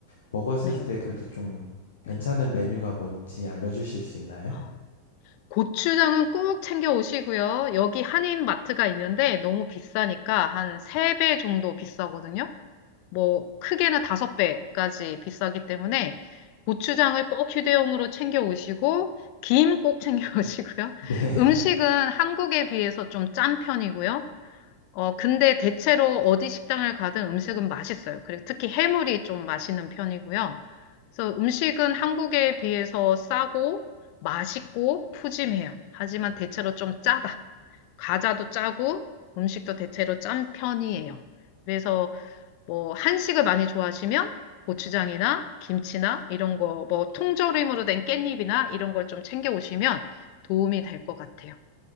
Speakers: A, on the left; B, on the left.
A: 먹었을
B: 네,
A: 때 그래도 좀 괜찮은
B: 네.
A: 메뉴가 뭔지 알려주실 수 있나요?
B: 아, 고추장은 꼭 챙겨 오시고요. 여기 한인 마트가 있는데 너무 비싸니까 한 3배 정도 비싸거든요. 뭐 크게는 다섯 배까지 비싸기 때문에 고추장을 꼭 휴대용으로 챙겨 오시고 김 꼭 챙겨 오시고요.
A: 네.
B: <laughs> 음식은
A: <laughs>
B: 한국에 비해서 좀 짠 편이고요. 어, 근데 대체로 어디 식당을 가든 음식은 맛있어요. 그리고 특히 해물이 좀 맛있는 편이고요. 그래서 음식은 한국에 비해서 싸고 맛있고 푸짐해요. 하지만 대체로 좀 짜다. 과자도 짜고 음식도 대체로 짠 편이에요. 그래서 뭐 한식을 많이 좋아하시면 고추장이나 김치나 이런 거, 뭐 통조림으로 된 깻잎이나 이런 걸 좀 챙겨 오시면 도움이 될 것 같아요.